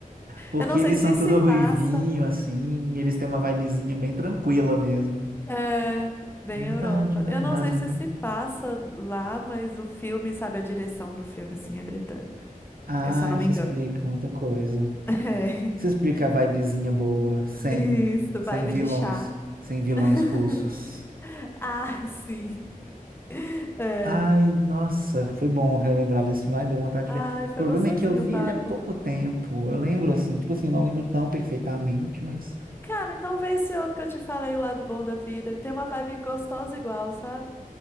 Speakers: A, on the right (about 80°); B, on the left (about 15°).
A: Porque
B: Eu não sei
A: eles
B: se
A: são tudo
B: se passa.
A: ruivinho, assim, e eles têm uma vibezinha bem tranquila mesmo.
B: É, bem
A: Verdade,
B: Europa.
A: né?
B: Eu não
A: Às
B: sei
A: vezes.
B: se se passa lá, mas o filme, sabe, a direção do filme, assim, é britânica,
A: Ah,
B: se eu não
A: isso
B: me engano.
A: explica muita coisa.
B: <laughs>
A: Isso explica
B: É.
A: a vibezinha boa, sem,
B: Isso,
A: sem
B: vibe
A: vilões,
B: de chá.
A: sem vilões
B: <laughs>
A: russos.
B: Ah, sim. É.
A: Ai, nossa, foi bom relembrar desse filme. Ai, deu vontade
B: Ai,
A: de ver.
B: foi
A: O problema
B: gostosinho
A: é que eu vi
B: o papo.
A: ele há pouco tempo. Eu lembro, assim, tipo assim, não lembro tão perfeitamente, mas
B: Cara, então vê esse outro que eu te falei, O Lado Bom da Vida. Ele tem uma vibe gostosa igual, sabe?